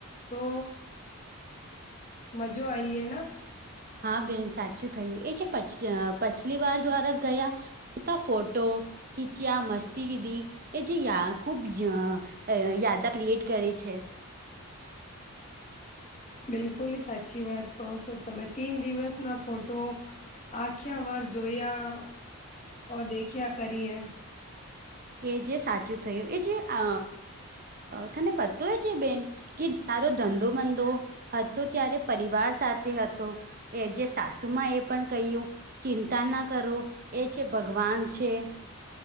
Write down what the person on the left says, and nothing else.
તો મજો આઈ હે ના
બિલકુલી સાચી વાત કહો છો તમે તીન દિવસના ફોટો આખ્યા વાર જોયા અ દેખ્યા કરીએ